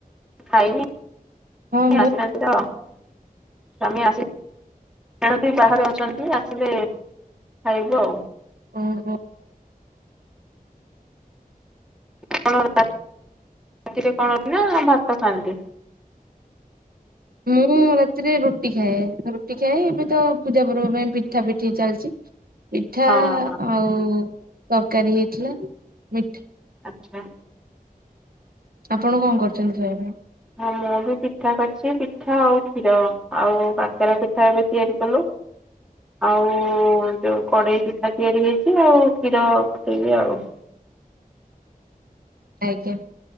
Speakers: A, in the centre; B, on the right.
A: ଖାଇନି ଇଏ
B: ହଁ ମୁଁ
A: ଆସିନାହାନ୍ତି ତ ସ୍ୱାମୀ ଆସି ଆସିନାହାନ୍ତି ବାହାରେ ଅଛନ୍ତି ଆସିଲେ ଖାଇବୁ ଆଉ।
B: ଓହୋ।
A: ଆପଣ ରାତିରେ କଣ ନା ଭାତ ଖାଆନ୍ତି?
B: ମୁଁ ରାତିରେ ରୁଟି ଖାଏ, ରୁଟି ଖାଏ ଏବେ ତ ପୂଜା ପର୍ବ ପାଇଁ ପିଠା ପିଠି ଚାଲିଚି। ପିଠା
A: ହଁ ହଁ
B: ଆଉ ତରକାରୀ ହେଇଥିଲା ମିଠ୍
A: ଆଚ୍ଛା।
B: ଆପଣ କଣ କରିଚନ୍ତି ଖାଇବା ପାଇଁ?
A: ହଁ ମୁଁ ବି ପିଠା କରିଚି ପିଠା ଆଉ କ୍ଷୀର ଆଉ କାକେରା ପିଠା ଏବେ ତିଆରି କଲୁ। ଆଉ ଯୋଉ କଡେଇ ପିଠା ତିଆରି ହେଇଚି ଆଉ କ୍ଷୀର ଫୁଟେଇବି ଆଉ।
B: ଆଜ୍ଞା।